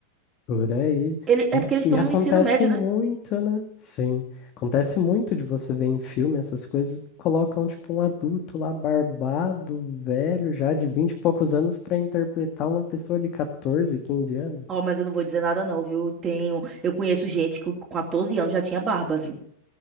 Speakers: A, on the left; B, on the right.
A: Por aí.
B: Ele, é
A: E,
B: porque eles
A: e
B: estão
A: acontece
B: no ensino médio,
A: muito,
B: né?
A: né? Sim. Acontece muito de você ver em filme essas coisas, colocam tipo um adulto lá barbado, velho, já de 20 e poucos anos, para interpretar uma pessoa de 14, 15 anos.
B: Ó, mas eu não vou dizer nada não, viu? Tenho, eu conheço gente que com 14 anos já tinha barba, viu?